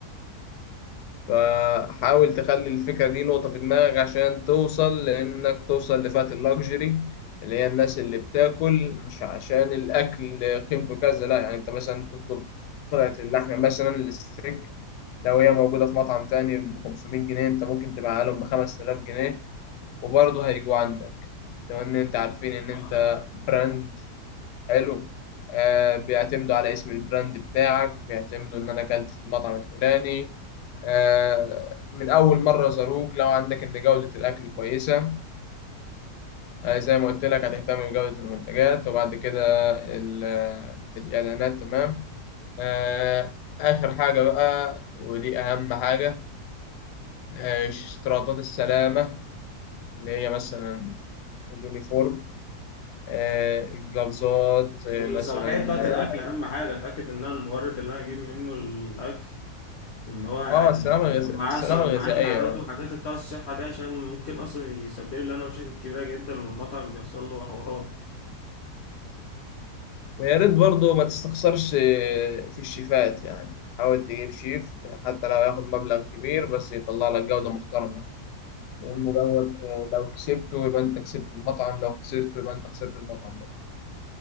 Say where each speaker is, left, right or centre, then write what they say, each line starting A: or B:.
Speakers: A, on the left; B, on the left.
A: فحاول تخلي الفكرة دي نقطة في دماغك عشان توصل لانك توصل لفئة اللاكجري اللي هي الناس اللي بتاكل مش عشان الاكل قيمته كذا لا يعني انت مثلا تطلب قطعة اللحمة مثلا الستيك لو هي موجودة في مطعم تاني ب 500 جنيه انت ممكن تبيعها لهم ب 5000 جنيه وبرضه هيجوا عندك لو ان انت عارفين ان انت براند حلو آه بيعتمدوا على اسم البراند بتاعك بيعتمدوا ان انا اكلت في المطعم الفلاني
B: آه.
A: آه من اول مرة زاروك لو عندك ان جودة الاكل كويسة آه زي ما قلت لك هتهتم بجودة المنتجات وبعد كده ال- آه، الاعلانات تمام آه اخر حاجة بقى ودي اهم حاجة آه اشتراطات السلامة اللي هي مثلا اليونيفورم آه، الجلافزات آه،
B: والصلاحية
A: مثلا
B: بتاعت الأكل
A: اه
B: أهم حاجة أتأكد إن أنا المورد اللي أنا أجيب منه الأكل ان هو يعني
A: آه، السلامة الغذائية
B: معاه
A: السلامة
B: ص- معاه
A: الغذائية
B: شهادات
A: آه.
B: وحاجات بتاع الصحه دي عشان ممكن اصلا يسبب لي انا مشاكل كبيره جدا والمطعم بيحصل له حوارات
A: ويا ريت برضه ما تستخسرش آه، في الشيفات يعني حاول تجيب شيف حتى لو ياخد مبلغ كبير بس يطلع لك جودة محترمة لأن
B: مم.
A: دوت آه، لو كسبته يبقى أنت كسبت المطعم لو خسرته يبقى أنت خسرت المطعم برضه